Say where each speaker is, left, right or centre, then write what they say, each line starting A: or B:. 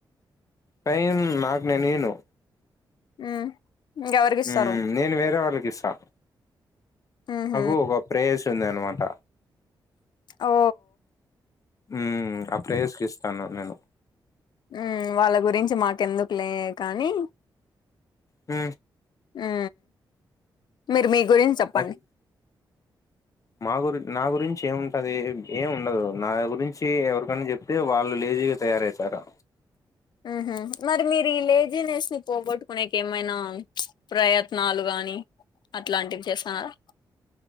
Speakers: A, on the left (about 45°); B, on the left (about 65°).
A: టైం నాకు నేను ఇను
B: హ్మ్ ఇంకెవరికి ఇస్తారు
A: ఉ నేను వేరే వాళ్ళకి ఇస్తా
B: ఉహ
A: ఓ ఒ ప్రేయసి ఉందన్నమాట
B: ఓ
A: ఉ నా ప్రయసికిస్తాను నేను
B: ఉ వాళ్ల గురించి మాకెందుకులే కానీ
A: ఉ
B: ఉ మీరు మీ గురించి చెప్పండి
A: మరి మా గురి నా గురించి ఏముంటది ఏమి ఉండదు నా గురించి ఎవరికైనా చెప్పు తే వాళ్లు లేజీగా తయారవుతారు
B: ఉహ మరి మీరు ఈ లేజీనెస్ పోగొట్టుకునేకు ఏమైనా ప్రయత్నాలు గాని అట్లాంటివి చేస్తున్నారా